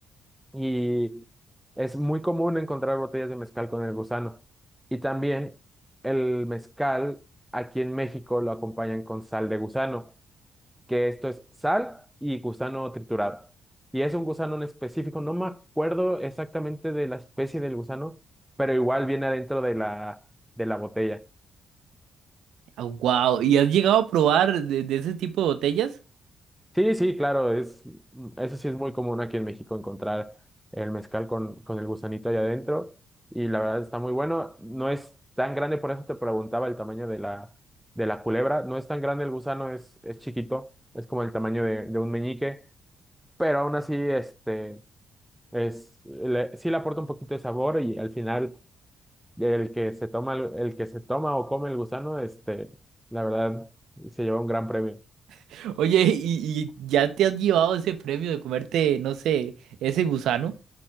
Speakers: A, in the centre; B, on the right.
A: Y es muy común encontrar botellas de mezcal con el gusano. Y también el mezcal aquí en México lo acompañan con sal de gusano. que esto es sal y gusano triturado. Y es un gusano en específico, no me acuerdo exactamente de la especie del gusano, pero igual viene adentro de la, de la botella.
B: wow. ¿Y has llegado a probar de, de ese tipo de botellas?
A: Sí, sí, claro, es, eso sí es muy común aquí en México encontrar el mezcal con, con el gusanito ahí adentro y la verdad está muy bueno. No es tan grande, por eso te preguntaba el tamaño de la, de la culebra. No es tan grande el gusano, es, es chiquito, es como el tamaño de, de un meñique, pero aún así, este... Es, le- sí le aporta un poquito de sabor y al final el que se toma, el, el que se toma o come el gusano, este, la verdad, se lleva un gran premio.
B: <laughs> Oye, y, y ya te has llevado ese premio de comerte, no sé, ese gusano?